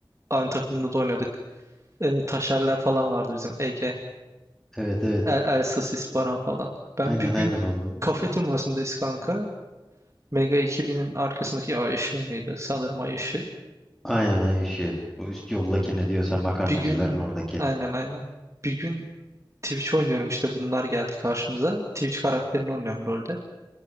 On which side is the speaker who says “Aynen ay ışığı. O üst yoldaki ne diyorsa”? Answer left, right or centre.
Centre